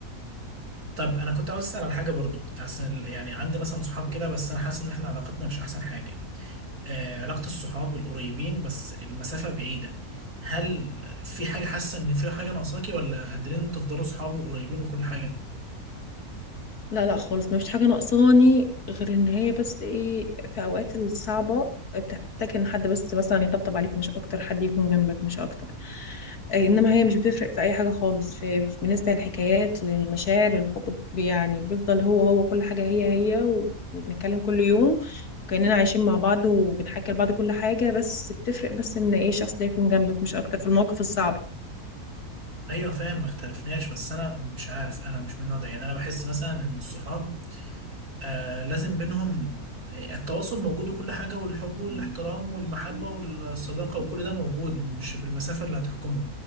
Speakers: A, on the right (about 80°); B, on the left (about 85°).
A: طب انا كنت عاوز اسال على حاجه برضو حاسس إن- يعني عندي مثلا صحاب
B: إيه؟
A: كده بس انا حاسس ان احنا علاقتنا مش احسن حاجه آه علاقه الصحاب القريبين بس المسافه بعيده هل في حاجه حاسه ان في حاجه ناقصاكي ولا قادرين إنتوا تفضلوا صحاب وقريبين وكل حاجه
B: لا لا خالص ما فيش حاجة ناقصاني غير ان هي بس ايه في اوقات الصعبة بتحتاج ان حد بس مثلا يطبطب عليك مش اكتر حد يكون جنبك مش اكتر أي انما هي مش بتفرق في اي حاجة خالص في في- بالنسبة للحكايات للمشاعر للحب يعني بيفضل هو هو كل حاجة هي هي و- وبنتكلم كل يوم وكأننا عايشين مع بعض وبنحكي لبعض كل حاجة بس بتفرق بس ان ايه الشخص ده يكون جنبك مش اكتر في المواقف الصعبة
A: ايوه فاهم ما اختلفناش بس انا مش عارف انا مش من النوع ده يعني انا بحس مثلا ان الصحاب آه لازم بينهم التواصل موجود وكل حاجة والحب والاحترام والمحبة والصداقة وكل ده موجود مش بالمسافة اللي هتحكمه